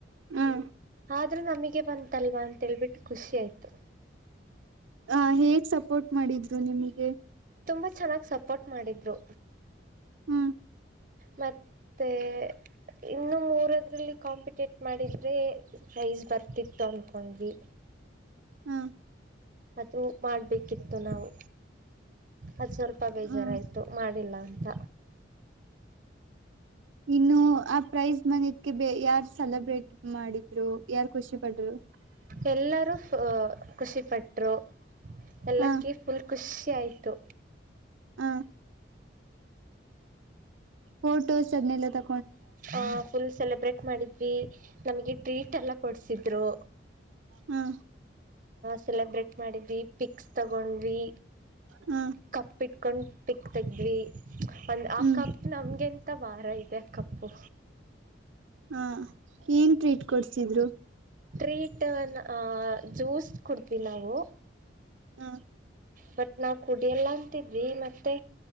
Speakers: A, on the right; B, on the right.
A: ಹೂ
B: ಆದ್ರೂ ನಮಗೆ ಬಂತಲ್ವಾ ಅಂತ ಹೇಳ್ಬಿಟ್ಟು ಖುಷಿ ಆಯ್ತು
A: ಅ ಹೇಗ್ ಸಪೋರ್ಟ್ ಮಾಡಿದ್ರು ನಿಮಗೆ
B: ತುಂಬಾ ಚೆನ್ನಾಗ್ ಸಪೋರ್ಟ್ ಮಾಡಿದ್ರು
A: ಹೂ
B: ಮತ್ತೆ ಇನ್ನು ಮೂರದ್ರಲ್ಲಿ ಕಾಂಪಿಟೇಟ್ ಮಾಡಿದ್ರೆ ಸೈಜ್ ಬರ್ತಿತ್ತು ಅನ್ಕೊಂಡ್ವಿ
A: ಹ
B: ಅದೇ ಮಾಡಬೇಕಿತ್ತು ನಾವು ಅದು ಸ್ವಲ್ಪ ಬೇಜಾರಾಯಿತು
A: ಹ್ಮ್
B: ಮಾಡಿಲ್ಲ ಅಂತ
A: ಇನ್ನು ಆ ಪ್ರೈಸ್್ ಮನದಗೆ ಯಾರ್ು ಸೆಲೆಬ್ರೇಟ್ ಮಾಡಿದ್ರು ಯಾರ್ ಖುಷಿ ಪಟ್ರು
B: ಎಲ್ಲರೂ ಖುಷಿಪಟ್ಟರು ಎಲ್ಲರ್ಗ
A: ಹ
B: ಫುಲ್ ಖುಷಿಯ ಆಾಯಿತು
A: ಹ ಫೋಟೋಸ್ ಅದನ್ನಲ್ಲ ತ
B: ಆ ಫುಲ್ ಸೆಲೆಬ್ರೇಟ್ ಮಾಡಿದ್ವಿ ನಮಗೆ ಟ್ರೀಟ್ ಎಲ್ಲ ಕೊಡ್ಸಿದ್ರು
A: ಹಾ
B: ಸೆಲೆಬ್ರೇಟ್ ಮಾಡಿದ್ವಿ ಪಿಕ್ಸ್ ತಗೊಂಡ್ವಿ
A: ಹ
B: ಕಪ್ಪಿಟ್ಕೊಂಡು ಪಿಕ್ ತೆಗ್ವಿ ಒಂದು
A: ಹ್ಮ್
B: ಆ ಕಪ್ ನಮಗೆಂತ ಭಾರ ಇದೆ ಆ ಕಪ್ಪು
A: ಹಾ ಏನ್ ಟ್ರೀಟ್ ಕೊಡ್ಸಿದ್ರು
B: ೀ ಟನ್ ಜ್ಯೂಸ್ ಕೊಡ್ತವಿ ನಾವು
A: ಹ
B: ಬಟ್ ನಾವು ಕುಡಿಯಲ್ಲ ಅಂತಿದ್ವಿ ಮತ್ತೆ